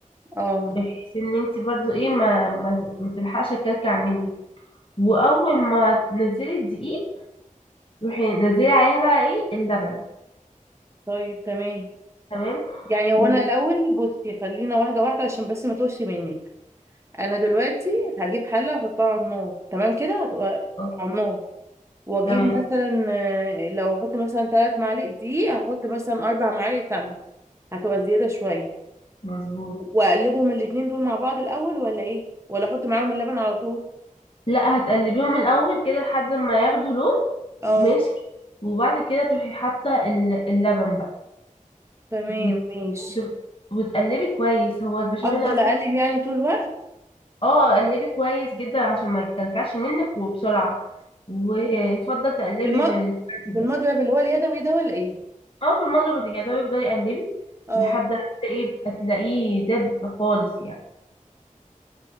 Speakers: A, on the right; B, on the left.
A: اه
B: بحيث ان انت برضو ايه ما ما, ما تلحقش الكلكع منك واول ما تنزلي الدقيق روحي نزلي عليها بقى ايه اللبن
A: طيب تمام
B: تمام
A: يعني هو
B: و...
A: انا الاول بصي خلينا واحده واحده عشان بس ما تقولش منك انا دلوقتي هجيب حله احطها على النار تمام كده هتبقى
B: أو-
A: على النار واجيب
B: تمام
A: تمام. مثلا آه، لو احط مثلا ثلاث معالق دقيق هحط مثلا اربع معالق سمنه هتبقى زياده شويه
B: مظبوط
A: واقلبهم الاتنين دول مع بعض الاول ولا ايه ولا احط معاهم اللبن على طول
B: لا هتقلبيهم الاول كده لحد ما ياخدوا لون
A: اه
B: ماشي وبعد كده تروحي حاطه ال- اللبن بقى
A: تمام
B: وت...
A: ماشي
B: وت... وتقلبي كويس هو البشاميل
A: افضل
B: اصلا
A: اقلب يعني طول الوقت
B: اه قلبي كويس جدا عشان ما يتكلكعش منك وبسرعه ويفضل تقلبي
A: بالم...
B: بالسباتula
A: بالمضرب اللي هو اليدوي ده ولا ايه
B: اه بالمضرب اليدوي يفضل يقلبي
A: اه
B: لحد ما تلاقيه هتلاقيه دب خالص يعني